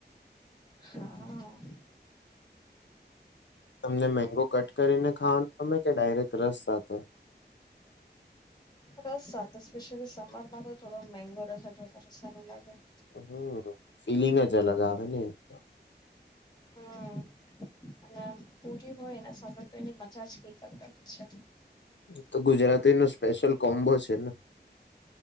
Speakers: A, on the left (about 20°); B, on the left (about 80°).
A: હા
B: તમને મેગો કટ કરીને ખાવાનો ગમે કે ડાયરેક્ટ રસ સાથે?
A: રસ સાથે સ્પેશિયલી સમરમાં તો થોડો મંગો રસ હો વધારે સારું લાગે.
B: હમ ફીલિંગ જ અલગ આવે એની તો.
A: હમ અને પૂરી હોય એના સાથે તો એની મજા જ કઈક અલગ છે.
B: તો ગુજરાતી નુ સ્પેશિયલ કોમ્બો છે ને.